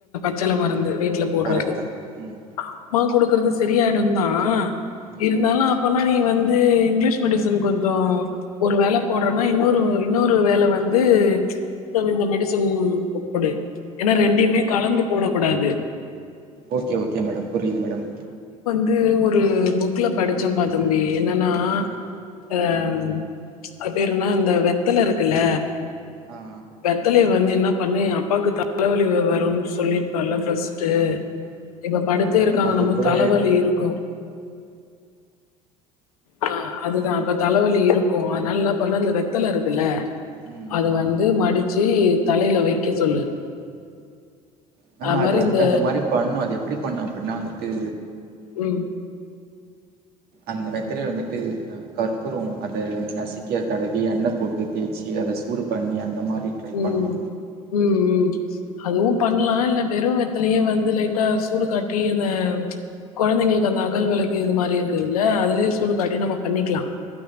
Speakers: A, on the left; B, on the right.
A: ச்செல மறந்துருவே எப்ப போட்றது
B: கரெக்ட் மேடம் ம்
A: அம்மா குடுக்குறுது சரியாயிடு தா
B: ம்
A: இருந்தாலு அப்பனா நீ வந்து இங்கிலீஷ் மெடிசன் கொஞ்ச ஒரு வேல போட்றன்னா இன்னொரு இன்னொரு வேல வந்து ப்ச் இந்த இந்த மெடிசன் ஒ பொடு ஏன்னா ரெண்டையுமே கலந்து போட கூடாது
B: ஓக்கே ஓக்கே மேடம் புரியுது மேடம்
A: இதூ ஒரு புக்ல படிச்சம்பா தம்பி என்னண்ணா
B: ம்
A: ய ஆ ப்ச் அதும்பேரென்னா அந்த வெத்தல இருக்குல்ல
B: ஆ
A: வெத்தலய வந்து என்னாப் பண்ணே ஏ அப்பாக்குத் தா தலைவலி வரும்ன்னு சொல்லிருக்கலால்ல ஃப்ஸ்ட்டு இப்ப படுத்தே
B: ஆமா மேடம்
A: இருக்காங்க
B: அது
A: ரொம்ப
B: கூட
A: தலைவலி இருக்கு ஆ அதுதா அப்ப தலைவலி இருக்கு அதனால என்ன பண்ணு அந்த வெத்தல இருக்குல்ல
B: ம்
A: அது வந்து மடிச் சீ தலையில வெக்க சொல்லு
B: மேம் அது
A: மாரி
B: வந்துட்டு
A: இந்த
B: அந்த மாதிரி பண்ணும் அது எப்படி பண்ண அப்படினா வந்தூட்டு
A: உஹம்
B: அந்த வெத்தலைய வந்துட்டு கற்பூரம் அத நசுக்கி தடவி எண்ண போட்டு தேய்ச்சி அத சூடு பண்ணி அந்த மாரி ட்ரை
A: உம்
B: பண்ணு
A: ஹும் ஹும் அதுவும் பண்ணலாம் இல்ல வெறும் வெத்தலய வந்து லைட்டா சூடு காட்டி அந்த குழந்தைங்களுக்கு அந்த அகல் விளக்கு இது மாதிரி இருக்குது இல்ல அதுலயே சூடு
B: ம்
A: காட்டி நம்ம பண்ணிக்கலாம்